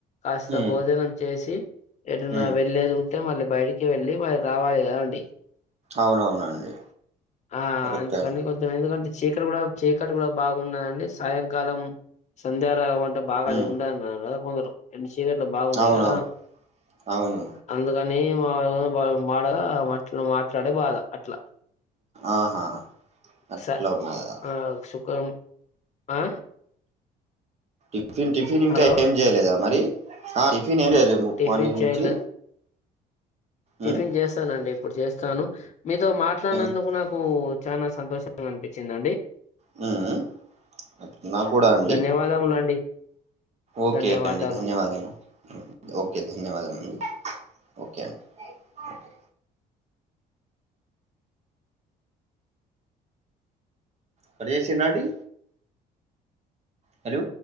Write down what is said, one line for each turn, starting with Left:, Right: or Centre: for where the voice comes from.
Left: కాస్త
Right: ఉమ్
Left: భోజనం చేసి ఎటున్న
Right: ఉమ్
Left: వెళ్ళేద్ అంటే మళ్ళీ బయటికి వెళ్ళి మళ్ళీ రావాలి కదండి
Right: అవునవునండి
Left: ఆ
Right: కరెక్టే
Left: అందుకని
Right: అండి
Left: కొంచెం ఎందుకంటి చీకటి కూడా చీకటి కూడా బాగున్నాదండి సాయంకాలం సంధ్యారాగం అంట బాగా
Right: ఉమ్
Left: ఉండద్ అన్నారు కొందరు రెండు చీకట్లు బాగున్నాయి
Right: అవునవును
Left: కదా
Right: అవును
Left: అందుక కాని వాడు మాడగా అట్ మాట్లాడే బాధ అట్లా
Right: ఆహా అట్లా
Left: స
Right: ఉన్నదా
Left: ఆ సుఖం ఆ
Right: టిఫిన్ టిఫిన్ ఇంకా
Left: హలో
Right: ఏం చేయలేదా మరి ఆ టిఫన్ ఏం చేయలే ము
Left: టిఫిన్
Right: మార్నింగ్
Left: చేయలే
Right: నుంచి
Left: టిఫిన్
Right: ఉమ్
Left: చేస్తానండి ఇప్పుడు చేస్తాను మీతో మాట్లాడినందుకు
Right: ఉమ్
Left: నాకు చానా సంతోషంగా అనిపించిందండి
Right: హుమ్ నా గుడా అండి
Left: ధన్యవాదములండి
Right: ఓకే
Left: ధన్యవాదాలు
Right: అండి ధన్యవాదం ఓకే దే ధన్యవాదము అండి ఓకే అండి ఓకే కడుచేసిన్రాండి హలో